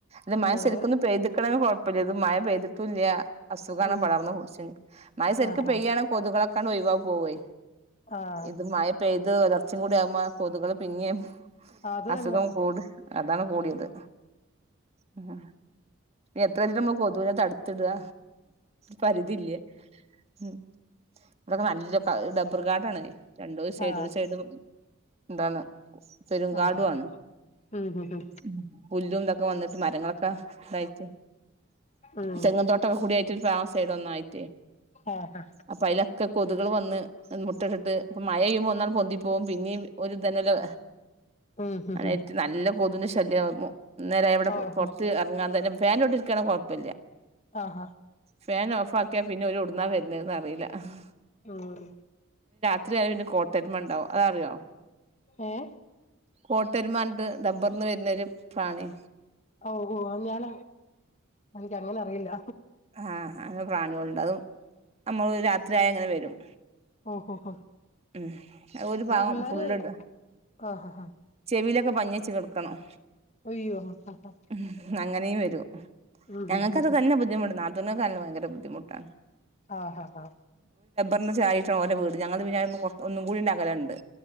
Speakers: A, on the right; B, on the left.
A: ത് മഴസെരിക്കൊന്ന്
B: അതെ
A: പെയ്ത്ക്ക്ണങ്കി കൊഴ് പ്പല്ല്യ ത് മഴ പെയ്തിട്ടുല്ല്യ അസുഖാണ്
B: ഉം
A: പടർന്ന് പുട്ച്ച്ൻ മഴസെരിക്ക്
B: ആഹാ
A: പെയ്യാണെങ്കിൽ കൊതുകളൊക്കെ ക്കാണ് ഒയിവ പോവേ
B: ആഹ്
A: ഇത് മഴ പെയ്ത് ഒരർ ച്ചും കൂടി ആവുമ്പ ആ കൊതുകള് പിന്നേം
B: അത്
A: അസുഖം
B: തന്നെ
A: കൂടും അതാണ് കൂടിയത് ആഹ് എത്ര എന്ന് വെച്ചിട്ട കൊതുവിനെ തടുത് ത്തിടുക പരിധിയില്ലേ ഉം ഇതൊക്കെ നല്ലോം ഡബർ കാടണേ രണ്ടു ഒരു സൈഡ്
B: ആഹ്
A: ഒരു സൈഡും ന്താന്ന് പെരും കാടുവാണ്
B: ആഹ് ഉം ഹ് ഹ്
A: ഉം പുല്ലും തൊക്കെ ഒക്കെ വന്നാട്ട് മരങ്ങളൊക്കെ തായിട്ട്
B: ഉം
A: തെങ്ങ് തോട്ടൊക്കെ കൂടിയായിട്ടു ഒരു ഫാമസ് ആയിട്ട് ഒന്നായിട്ട്
B: ആഹ്
A: അപ്പൊ അതില ക്കെ കൊതുകൾ വന്ന് ഇൻ മുട്ട ഇട്ടിട്ട് ഇപ്പം മഴ ചെയ്യുമ്പോ ഒന്ന് പൊന്തി പോകും പിന്നിം ഓൽ ഇത് തന്നെ അല്ലെ
B: ഉം ഹ് ഹ്
A: ഏറ്റവും നല്ലോം കൊതുകിന്റെ ശല്യാ മു അന്നേരം ഇവിടെ
B: ഓഹോ
A: പുറത്ത് എറങ്ങാൻ തന്നെ ഫാൻന്റെ ചോട്ടിൽ ഇരിക്കണങ്കിൽ കുഴപ്പമില്ല
B: ആഹാ
A: ഫാൻ ഓഫ് ആക്കിയാൽ പിന്നെ ഓൽ എവിടുന്നാ വരുന്നന്ന് അറിയില്ല ആഹ്
B: ആഹ്
A: എത്രയായി പിന്നെ കോട്ടരുമ ഉണ്ടാവും അതറിയോ
B: ഏഹ്
A: കോട്ടരുമ ഉണ്ട് ഡബ്ബർന്ന് വരുന്നൊരു പ്രാണി
B: ഓ ഓ ഞാന എനിക്ക് അങ്ങനെ അറിയില്ല
A: ആഹ് അങ്ങനെ പ്രാണിയോളുണ്ട് അതും നമ്മൾ ഒരു രാത്രിയായാൽ ഇങ്ങനെ വരും
B: ഓഹോ ഹോ
A: ഉം ഒരു
B: അപ്പൊ
A: ഭാഗം
B: പിള്ളേര്
A: ഫുള്ള് ഇട
B: ആഹ് ആഹ് ഹാ
A: ചെവിയിലൊക്കെ പഞ്ഞി വെച്ച് കിടക്കണം
B: അയ്യോ ഹ ഹ
A: ഉ അങ്ങനെയും വരൂ
B: ഉം
A: ഞങ്ങക്ക് അത് തന്നെ ബുദ്ധിമുട്ട് നാതൂനൊക്കെ ഭയങ്കര ബുദ്ധി മുട്ടാ
B: ആഹഹ
A: ഒന്ന് ചായിട്ട ഓരെ വീട് ഞങ്ങൾത് പിന്നെ ഒ ഒന്നും കൂടി അകലണ്ട്